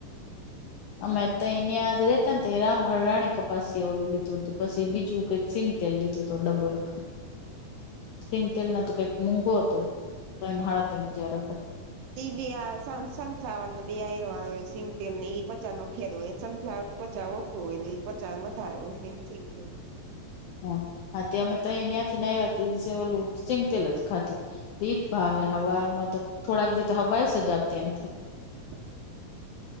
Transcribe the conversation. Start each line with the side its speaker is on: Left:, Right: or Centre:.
Left: અમે તં રેતા ને ત રાણી કપાસી ઓલું લીધું હતું પછી બીજું કઈ સિંગતેલ લીધું હતો ડબ્બો એક.
Right: <inaudible>
Left: સિંગ તેલ ના તો કઈક મોંઘો હતો તો હાડ તીન હજાર હતા.
Right: તી બી આ સન સનફ્લાવર ન બે આ આયરો આ સિંગતેલ ને પચાર નો ફેરવ નો સનફ્લાવર પચાવ ઓછું હોય નહિ ને પચાવ વધારે હોય સિંગ સીંગતેલ.
Left: હ હા તે અમે તો ત્યાં થી ના આવ ઓલું ચિંગતેલ જ ખાધું. એજ ભાવે હવામાં તો થોડાક દિવ તો હવાય સજાવતી એમ થે.
Right: <unintelligible>